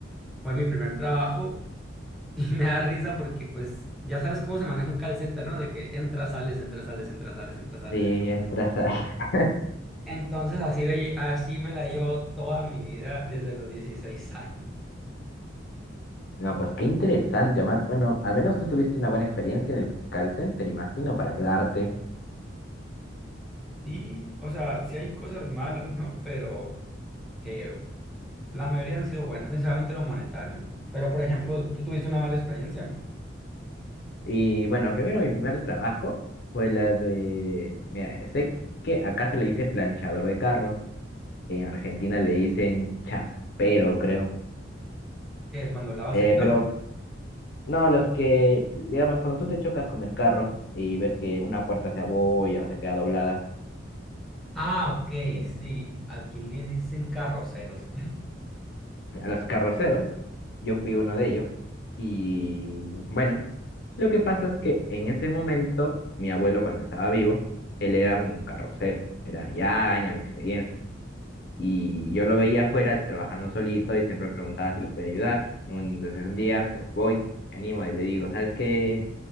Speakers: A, in the centre; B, on the left (about 60°).
A: fue mi primer trabajo <laughs> y me da risa porque, pues, ya sabes cómo se maneja un call center, ¿no? De que entras, sales, entras, sales, entras, sales, entras, sales.
B: Si entras a... <laughs>
A: Entonces así, ve- así me la llevo toda mi vida desde los 16 años.
B: No, pues qué interesante, Omar. Bueno, al menos tú tuviste una buena experiencia en el call center, imagino, para quedarte.
A: Y, o sea, sí hay cosas malas, ¿no? Pero eh, la mayoría han sido buenas, principalmente lo monetario, ¿no? Pero, por ejemplo, tú tuviste una mala experiencia
B: Y bueno, primero mi primer trabajo fue la de... Mira, sé que acá se le dice planchador de carros, en Argentina le dicen chapero, creo.
A: eh, cuando lavas
B: Eh,
A: el carro.
B: pero No, los que, digamos, cuando tú te chocas con el carro y ves que una puerta se abolla o se queda doblada,
A: Ah, ok,
B: lo-
A: sí. Aquí le dicen carroceros.
B: a los carroceros, yo fui uno de ellos y bueno, lo que pasa es que en ese momento, mi abuelo cuando estaba vivo, él era un carrocero, era ya años de experiencia y yo lo veía afuera trabajando solito y siempre me preguntaba si lo podía ayudar. Un- Entonces un día, pues voy, me animo y le digo, ¿sabes qué?